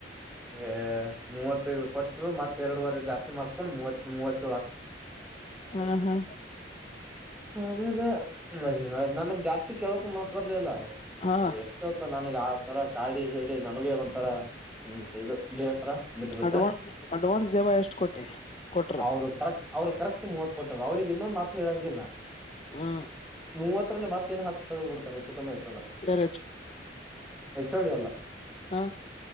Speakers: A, in the centre; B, on the left.
A: ಹ ಮೂವತ್ತು. ಕೊಟ್ಟರು, ಮತ್ತೆ ಎರಡುವರೆ ಜಾಸ್ತಿ ಮಾಡಿಸ್ಕೊಂಡು ಮೂವತ್ ಮೂವತ್
B: ಹಾ ಹಾ
A: ಆಮೇಲೆ ಹ ನನ್ಗ್ ಜಾಸ್ತಿ ಕೆಲಕು ಮನಸ್ಸು ಬರ್ಲಿಲ್ಲ
B: ಹಾ
A: ನಾವ್ ಎಷ್ಟೊತ್ತು ನನಗೆ ಆತರ ಕಾಡಿ ಬೇಡಿ ನನಗೆ ಒಂಥರಾ ಹ್ಮ್ ಇದು ಬೇಸರ ಬಿಟ್ಬಿಟ್ಟ
B: ಅಡ್ವಾನ್ ಅಡ್ವಾನ್ಸ್ ಜವ ಎಷ್ಟ್ ಕೊಟ್ಟಿ ಕೊಟ್ರ
A: ಅವರು ಕರೆಕ್ಟ್ ಅವರು ಕರೆಕ್ಟ್ ಮೂವತ್ ಕೊಟ್ಟವ ಅವರಿಗೆ ಇನ್ನೊಂದು ಹತ್ತು ತಿಲಂಗಿಲ್ಲ
B: ಹಾ
A: ಮೂವತ್ತ್ರಿಂದ ಮತ್ತ. ಹತ್ತಿನ ಹತ್ತು ತೆಗೆದು ಬಿಡ್ತಾರೆ ಹೆಚ್ಚು ಕಮ್ಮಿ ಆಯ್ತು ಅಂದ್ರೆ
B: ಯಾರ
A: ಎಚ್ ಓ ಡಿ ಅಲ್ಲ
B: ಹ್